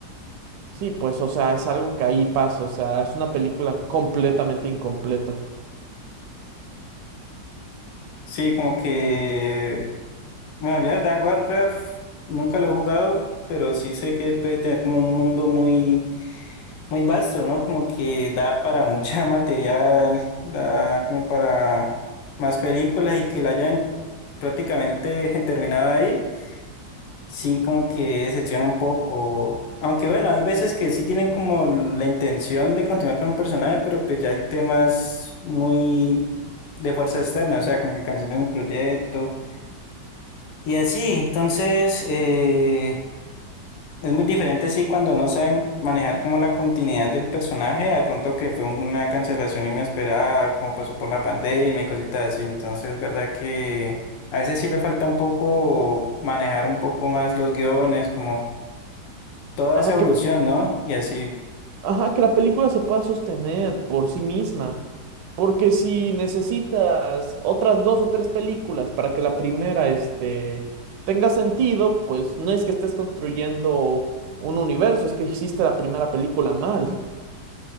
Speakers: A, on the right (about 80°); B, on the left (about 75°).
A: Sí, pues, o sea, es algo que ahí pasa, o sea, es una película completamente incompleta.
B: Sí, como que, bueno, ya Dark Warcraft nunca lo he jugado, pero sí sé que puede tener como un mundo muy Muy vasto, ¿no? Como que da para mucha <laughs> material, da como para más películas y que la hayan prácticamente <laughs> terminado ahí. Sí, como que decepciona un poco. Aunque bueno, hay veces que sí tienen como la intención de continuar con el personaje, pero pues ya hay temas muy de fuerza externa, o sea, como que cancelan un proyecto y así. Entonces, eh, es muy diferente, sí, cuando no saben manejar como la continuidad del personaje, a de pronto que fue una cancelación inesperada, como pasó por la pandemia y cositas así. Entonces, es verdad que a veces sí le falta un poco manejar un poco más los guiones, como toda
A: Ajá,
B: esa evolución,
A: que,
B: ¿no? Y así.
A: ajá, que la película se pueda sostener por sí misma, porque si necesitas otras dos o tres películas para que la primera, este, tenga sentido, pues no es que estés construyendo un universo, es que hiciste la primera película mal.